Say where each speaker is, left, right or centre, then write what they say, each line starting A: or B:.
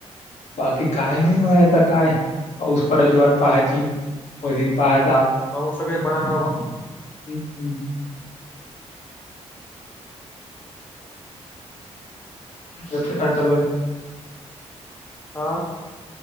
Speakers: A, on the left (about 75°); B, on the left (about 15°).
A: बाकी काय नाही बा आता काय पाऊस पडाची वाट पाहायची वरीत पाह.
B: पाऊ सगळे ब ना <inaudible>
A: हम् हम्. काय चालू आहे.
B: आा.